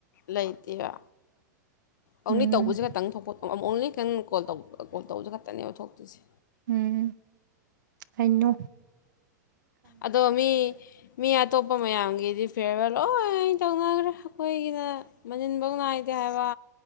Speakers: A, on the left; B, on the right.
A: ꯂꯩꯇꯦꯌꯥ ꯑꯣꯡꯂꯤ
B: ꯎꯝ
A: ꯇꯧꯕꯁꯤ ꯈꯇꯪ ꯊꯣꯛꯄ ꯑꯣꯡꯂꯤ ꯀꯦꯟ ꯀꯣꯜ ꯇꯧꯕ ꯀꯣꯜ ꯇꯧꯕꯁꯦ ꯈꯛꯇꯅꯦꯕ ꯊꯣꯛꯇꯣꯏꯁꯦ
B: ꯎꯝ ꯑꯩ ꯅꯣ
A: ꯑꯗꯣ ꯃꯤ ꯃꯤ ꯑꯇꯣꯞꯄ ꯃꯌꯥꯝꯒꯤꯗꯤ ꯐꯤꯌꯔꯋꯦꯜ ꯂꯣꯏꯅ ꯇꯧꯅꯈ꯭ꯔꯦ ꯑꯩꯈꯣꯏꯒꯤꯅ ꯃꯅꯤꯟ ꯐꯧ ꯅꯥꯏꯗꯦ ꯍꯥꯏꯕ